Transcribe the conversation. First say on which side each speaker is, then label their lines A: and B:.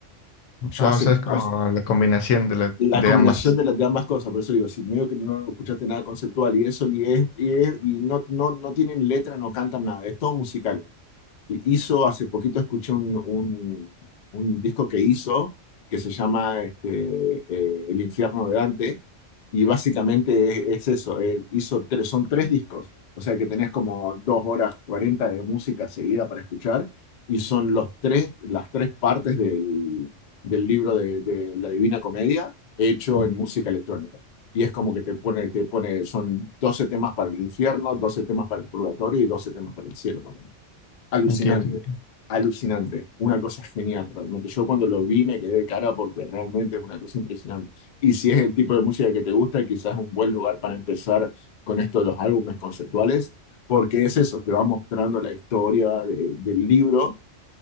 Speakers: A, on the left; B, on the left.
A: Yo
B: Ah,
A: hace,
B: o sea, es como
A: hace-
B: la combinación de, la,
A: la
B: de
A: combinación
B: ambas.
A: de, las de ambas cosas, por eso digo, si medio que no escuchaste nada conceptual y eso, y, es, y, es- y no, no, no tienen letra, no cantan nada, es todo musical. Y hizo, hace poquito escuché un, un, un disco que hizo, que se llama este, eh, El infierno de Dante, Y básicamente es, es eso, él hizo tres, son tres discos, o sea que tenés como dos horas 40 de música seguida para escuchar y son los tres, las tres partes del, del libro de, de la Divina Comedia hecho
B: Mm,
A: en música electrónica. Y es como que te pone, te pone, son 12 temas para el infierno, 12 temas para el purgatorio y 12 temas para el cielo. Alucinante,
B: Entiendo. entiendo.
A: alucinante, una cosa genial, realmente. Yo cuando lo vi me quedé de cara porque realmente es una cosa impresionante. Y si es el tipo de música que te gusta, quizás es un buen lugar para empezar con esto de los álbumes conceptuales, porque es eso, te va mostrando la historia de- del libro